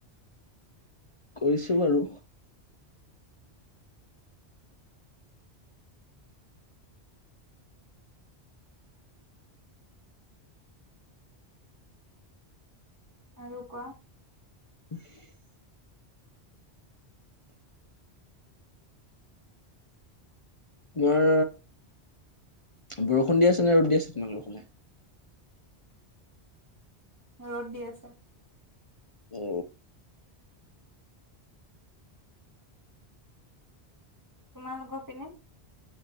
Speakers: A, on the left; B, on the right.
A: কৰিছো বাৰু।
B: আৰু কোৱা।
A: <inaudible> তোমাৰ বৰষুণ দি আছে নে ৰ'দ দি আছে তোমাললোকৰ ফালে?
B: ৰ'দ দি আছে।
A: অ।
B: তোমালোকৰ পিনে?